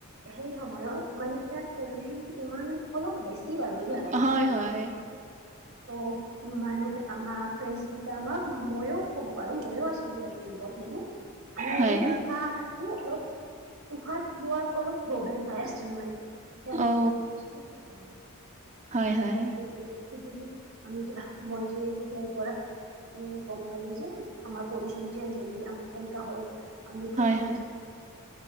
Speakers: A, on the right (about 75°); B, on the right (about 35°).
A: সেই সময়ত মানে তাৰ পলিউচনটো ইমান অলপ বেছি বাৰু ইয়াৰ পৰা
B: হয় হয়
A: চ মানুহে আমাৰ ফ্ৰেণ্ডছ কেইটা আমাক ময়ো ক'ব পাৰো ময়ো আছিলো সিহঁতে ইনব্লট মানে আমি
B: হয়
A: মানে উহাহটো অলপ উহাত লোৱাত অলপ প্ৰব্লেম পাই আছিলো মানে। যেতিয়া আমি
B: অ
A: ট্ৰিপত গৈছিলো সেই সময়ত
B: হয়
A: সেইকাৰণে
B: হয়
A: আমি সেইটো যে আমি যি মই যে সেইপৰা এইটো গম পালো যে আমাৰ পলিউচন চেঞ্জ হলে আমাৰ এনেককা হয় আমি সময়ত
B: হয় হয়